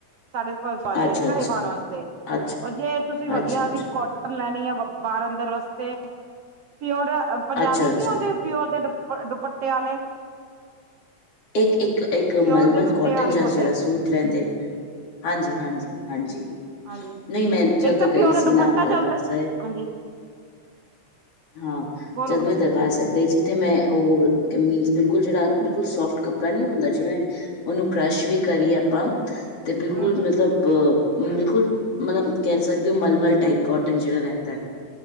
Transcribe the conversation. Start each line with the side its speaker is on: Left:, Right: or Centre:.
Right: ਸਾਢੇ ਪੰਜ ਸੌ ਵਾਲੇ,
Left: ਅੱਛਾ ਅੱਛਾ
Right: ਘਰੇ ਪਾਉਣ ਵਾਸਤੇ।
Left: ਅੱਛਾ
Right: ਜੇ ਤੁਸੀਂ ਵਧੀਆ
Left: ਅੱਛਾ ਅੱਛਾ
Right: ਵਿੱਚ ਕੋਟਨ ਲੈਣੀ ਆ ਬਾਰ-ਅੰਦਰ ਵਾਸਤੇ ਪਓਰ ਪੰਜਾਬੀ
Left: ਅੱਛਾ
Right: ਵਿੱਚ
Left: ਅੱਛਾ
Right: ਚ ਨੀ ਆਂਦੇ। ਪਿਓਰ ਦੇ ਦੁਪ ਦੁਪੱਟੇ ਆਲੇ।
Left: ਏਕ-ਏਕ-ਏਕ
Right: ਪਿਓਰ
Left: ਮਲਮਲ
Right: ਦੇ ਦੁਪੱਟੇ
Left: ਕੋਟਨ
Right: ਵਾਲੇ
Left: ਜ
Right: ਬੋਲਦੇ
Left: ਜੇੜਾ ਸੂਟ ਰੈਂਦੇ ਹਾਂਜੀ-ਹਾਂਜੀ, ਹਾਂਜੀ।
Right: ਹਾਂਜੀ
Left: ਨਈਂ ਮੈਂ ਜਦੋਂ
Right: ਇੱਕ ਤਾਂ
Left: ਗਈ
Right: ਪਿਓਰ ਦਾ
Left: ਸੀ
Right: ਦੁਪੱਟਾ
Left: ਨਾ, ਦਰਬਾਰ
Right: ਚੱਲਦਾ
Left: ਸਾਈਬ
Right: ਹਾਂਜੀ
Left: ਹਾਂ, <unintelligible>
Right: ਬੋਲੋ ਬੋਲੋ
Left: ਬਾਰ ਸਾਈਬ ਗਈ ਸੀ, ਤੇ ਮੈਂ ਓ ਕਮੀਜ ਬਿਲਕੁਲ ਜੇੜਾ ਬਿਲਕੁਲ ਸੋਫਟ ਕੱਪੜਾ ਨੀ ਹੁੰਦਾ ਜਿਵੇਂ ਓਨੂੰ ਕਰਸ਼ ਵੀ ਕਰੀਏ ਆਪਾਂ ਤੇ ਬਿਲਕੁਲ
Right: ਹੂੰ ਹੂੰ
Left: ਮਤਲਬ ਬਿਲਕੁਲ ਮਤਲਬ ਕੈ ਸਕਦੇਓ ਮਲਮਲ ਟਾਈਪ ਕੋਟਨ ਜੇੜਾ ਰੈਂਦੈ